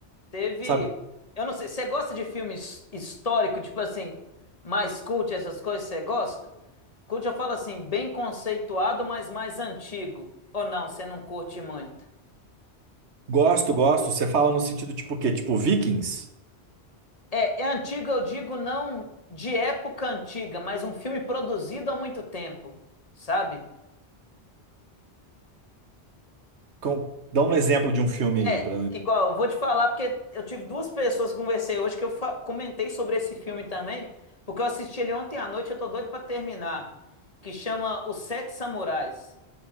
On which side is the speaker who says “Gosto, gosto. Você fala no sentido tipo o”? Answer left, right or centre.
Right